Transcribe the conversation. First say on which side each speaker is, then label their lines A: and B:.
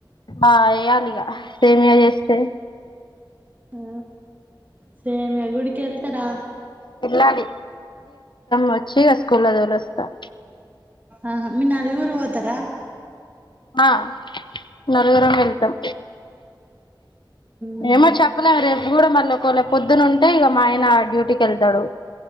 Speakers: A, on the left; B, on the right.
A: ఆ వేయాలిగా సేమియ చేస్తే
B: ఆ సేమియా గుడికి వెళ్తారా
A: వెళ్ళాలి వచ్చి స్కూల్ది వెళ్ళి వాస్త
B: ఆహ మీ నలుగురు పోతర
A: ఆ నలుగురం వెళ్తాం
B: ఉహు
A: ఏమో చెప్పలేం అ కూడా మళ్ళీ ఒకవేళ పొద్దున ఉంటే ఇక మా ఆయన డ్యూటీకి వెళ్తాడు